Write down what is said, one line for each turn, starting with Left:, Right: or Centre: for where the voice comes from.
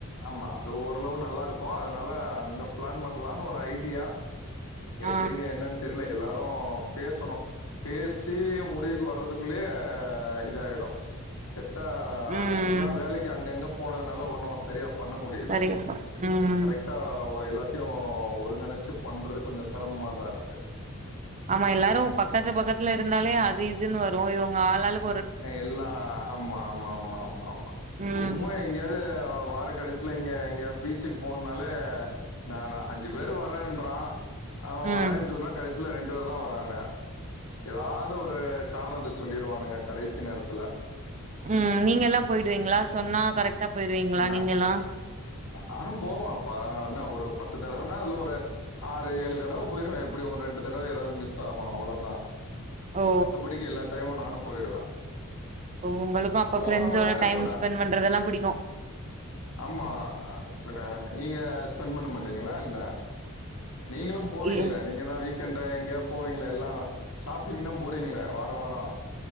Left: ஆமா அது ஓரளவு நல்லா இருக்கும் அதனால அங்க பிளான் பண்லான்னு ஒரு ஐடியா
Right: ஆ
Left: எப்டின்னு என்னன்னு தெரில எல்லாரு பேசணு பேசி முடிவுக்கு வர்றத்துக்குள்ளயே இதாயிடு செட்டா
Right: ம்
Left: எல்லா வேலைக்கு அங்கங்க போனதுனால ஒண்ணு சரியா பண்ண முடில
Right: சரிங்கப்பா. ம்.
Left: கரக்ட் கரக்டா ஓ எல்லாத்தையு ஒருங்கிணைச்சு பண்றது கொஞ்சோ சிரமமாதா இருக்கு
Right: ஆமா எல்லாரு பக்கத்து பக்கத்துல இருந்தாலே அது இதுன்னு வரு இவங்க ஆளாலுக்கு
Left: எல்லா ஆமா ஆமா ஆமா ஆமா ஆமா
Right: ம்.
Left: சும்மா எங்கேயாவது வார கடைசில இங்க எங்கயாவுது பீச்சிக்கு போணும்னாலே நான்னா அஞ்சு பேர் வர்றேன்றா அ
Right: ம்.
Left: வர்றேன்னு சொன்னா கடைசி இல்ல இரண்டு பேர் தா வராங்க ஏதாவது ஒரு காரணத்த சொல்லிருவானுங்க கடைசி நேரத்துல்ல
Right: ம் நீங்க எல்லா போயிடுவீங்களா சொன்னா கரக்டா போயிடுவீங்களா
Left: நா
Right: நீங்க எல்லா
Left: நானு போவோ இப்ப என்ன ஒரு பத்து தடவன்னா அதுல ஒரு ஆறு ஏழு தடவ போயிடுவ எப்டி ஒரு ரெண்டு தடவ ஏதாவது மிஸ் ஆகு அவ்ளவுதா
Right: ஓ!
Left: மத்தபடிக்கு எல்லா டையமும் நானு போயிடுவ
Right: உங்களுக்கும் அப்ப
Left: போகாமலா
Right: ஃப்ரெண்ட்ஸ்ஸோட
Left: இருக்க
Right: டைம்
Left: மாட்டே
Right: ஸ்பெண்ட் பண்றதுல்லா பிடிக்கும்
Left: ஆமா அ நீங்க ஸ்பெண்ட் பண்ண மாட்டீங்களா என்ன நீங்களு போவீங்களா
Right: இ
Left: நீ எங்கான்னா வீக்கெண்ட் எங்கயா போவீங்கள எல்லா ஷாப்பிங் தா போறீங்களே வார வார